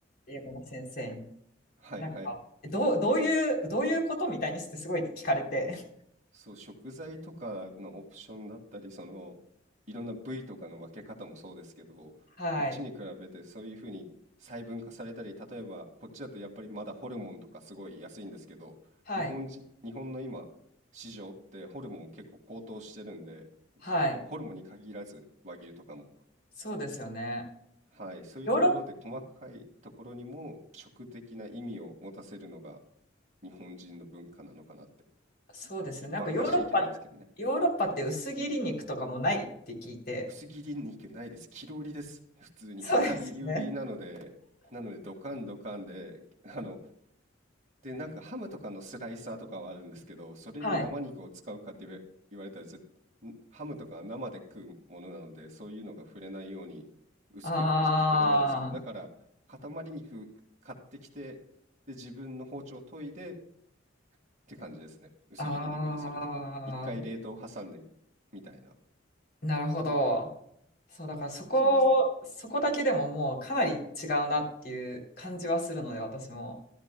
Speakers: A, on the left; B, on the right.
A: 英語の先生に。
B: はいはい。
A: なんか、どう、どういう、どういうことみたいにしてすごい聞かれて。<laughs>
B: そう、食材とかのオプションだったり、その、いろんな部位とかの分け方もそうですけど、
A: はい。
B: こっちに比べてそういうふうに細分化されたり、例えばこっちだとやっぱりまだホルモンとかすごい安いんですけど、
A: はい。
B: 日本人、日本の今、市場ってホルモン結構高騰してるんで、
A: はい。
B: こホルモンに限らず和牛とかも、
A: そうですよね。
B: はい、そういうところで細かいところにも食的な意味を持たせるのが
A: ヨーロッパ、
B: 日本人の文化なのかなって、
A: そうですよね。
B: 一般化しちゃいけないですけどね。
A: なんかヨーロッパ、ヨーロッパって薄切り肉とかもないって聞いて。
B: 薄切り肉ないです。切り売りです。普通に量り売りなので、
A: そうですね。
B: なのでドカンドカンで、あの、で、なんかハムとかのスライサーとかはあるんですけど、それに生肉を使うかって言わ言われたらぜんハムとかは生で食うものなので、
A: はい。
B: そういうのが触れないように薄く切ってくれないんですよ。
A: あ
B: だから、塊肉買ってきて、で、自分の包丁研いでって感じですね。薄切り肉にするとか。
A: あ、
B: 一回冷凍挟んでみたいな。
A: ああ、なるほど。そう、だからそこ、
B: そうですね。
A: そこだけでももうかなり違うなっていう感じはするので、私も。